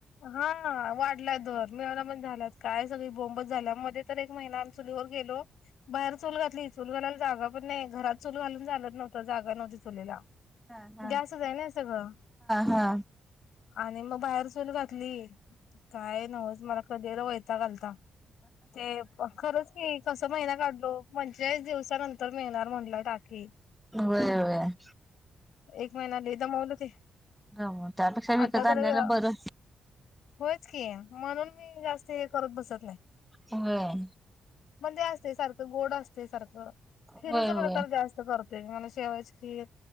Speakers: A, on the left; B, in the centre.
A: हा, वाढलाय दर मिळना पण झाल्यात, काय स बोंबच झाल्या मध्ये तर एक महिना आम्ही चुलीवर गेलो बाहेर चूल घातली चूल घालायला जागा पण नाही घरात चूल घालून चालत नव्हत जा नव्हती चुलीला,
B: हा हा
A: गॅसच हाय ना सगळं
B: हा हा
A: आणि मग बाहेर चुल घातली, काय नवत मला कधी वैताग आलता. ते खरच की कस महिना काढलो पंचेचाळीस दिवसानंतर मिळणार म्हणलं टाके.
B: व्हय व्हय.
A: एक महिना लय दमवलं ते.
B: जमल त्यापेक्षा
A: आता
B: विकत
A: जरा
B: आणलेलं
A: अ,
B: बरं
A: होयच की म्हणून मी जास्त ते करत बसत नाय.
B: व्हय.
A: म्हणजे असतेय सारखं गोड असतेय सारखं. खिरीचा
B: होय होय
A: प्रकार जास्त करतोय, नॉनव्ह <unintelligible>